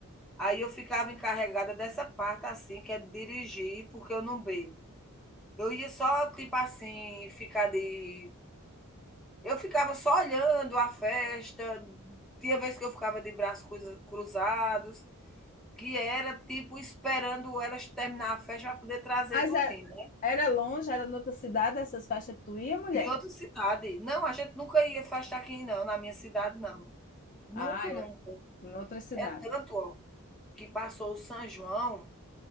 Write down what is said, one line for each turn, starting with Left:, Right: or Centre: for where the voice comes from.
Centre: Aí eu ficava encarregada dessa parte, assim, que é dirigir, porque eu não bebo. Eu ia só, tipo assim, ficar de Eu ficava só olhando a festa, tinha vez que eu ficava de braços cruza- cruzados, que era tipo esperando elas terminar a festa para poder trazer
Left: Mas
Centre: tudinho,
Left: é-
Centre: né.
Left: era longe, era noutra cidade essas festas que tu ia, mulher?
Centre: Em outra cidade. Não, a gente nunca ia festa aqui não, na minha cidade não. Nunca,
Left: Ah,
Centre: nunca.
Left: era noutra cidade.
Centre: É tanto, ó, que passou o São João